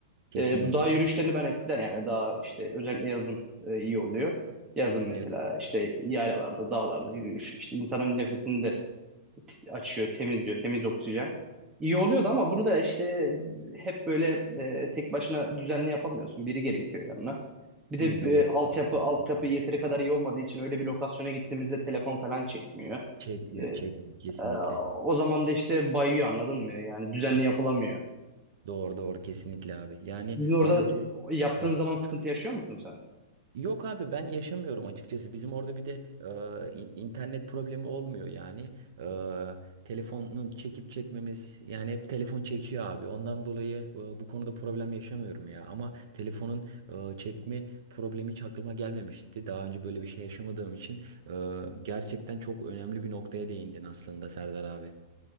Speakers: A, on the right (about 55°); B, on the right (about 20°).
A: Kesinlikle
B: Ee, bu dağ
A: abi.
B: yürüyüşlerini ben eskiden yani daha işte özellikle yazın e, iyi oluyor. Yazın mesela
A: Evet. abi.
B: işte yaylalarda, dağlarda yürüyüş, işte insanın nefesini de t- açıyor, temizliyor, temiz oksijen. İyi oluyordu ama bunu da işte hep böyle e, tek başına düzenli yapamıyorsun. Biri gerekiyor yanına. Bir de
A: Değil mi? Doğru.
B: e, altyapı
A: Doğru. Kesinlikle
B: altyapı
A: abi.
B: yeteri kadar iyi olmadığı için öyle bir lokasyona gittiğimizde telefon falan çekmiyor.
A: Çekmiyor.
B: E,
A: Çekmiyor. Kesinlikle.
B: e, o zaman da işte bayıyor anladın mı? Yani düzenli
A: Evet.
B: yapılamıyor.
A: Doğru. Doğru. Kesinlikle abi. Yani
B: Sizin orada
A: abi ben...
B: yaptığın
A: Heh,
B: zaman sıkıntı yaşıyor musun sen?
A: Yok abi ben yaşamıyorum açıkçası. Bizim orada bir de e, in- internet problemi olmuyor yani. E, telefonun çekip çekmemiz yani hep telefon çekiyor abi. Ondan dolayı e, bu konuda problem yaşamıyorum ya. Ama telefonun e, çekme problemi hiç aklıma gelmemişti. Daha önce böyle bir şey yaşamadığım için e, gerçekten çok önemli bir noktaya değindin aslında Serdar abi.